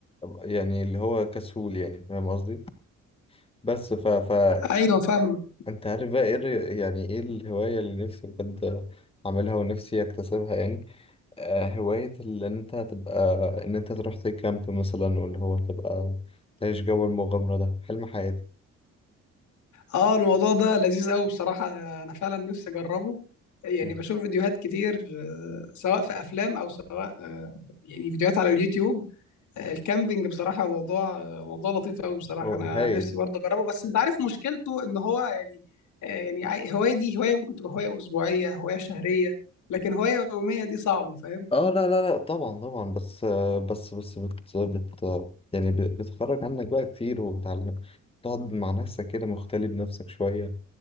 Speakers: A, on the left; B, on the left.
A: يعني اللي هو كسول يعني فاهم قصدي بس ف... فأنت
B: ايوه فاهم
A: عارف بقى إيه الر- يعني إيه الهواية اللي نفسي بجد أعملها ونفسي أكتسبها يعني آه، هواية اللي انت تبقى ان انت تروح تكامب مثلا واللي هو تبقى تعيش جو المغامرة ده حلم حياتي
B: اه الموضوع ده لذيذ قوي بصراحة انا فعلا نفسي اجربه يعني
A: مم.
B: بشوف فيديوهات كتير آه، سواء في افلام او سواء آه، يعني فيديوهات على اليوتيوب آه، الكامبينج بصراحة موضوع آه، موضوع لطيف قوي بصراحة
A: هو-
B: انا
A: هايل
B: نفسي برضه اجربه بس انت عارف مشكلته ان هو يعني آه، يعني عاي- هواية دي هواية ممكن تبقى هواية اسبوعية هواية شهرية لكن هواية يومية دي صعبة فاهم
A: اه لا لا لا طبعا طبعا بس آه، بس بس بت, بت يعني ب- بتخرج عنك بقى كتير وبتعلم تقعد مع نفسك كده مختلي بنفسك شوية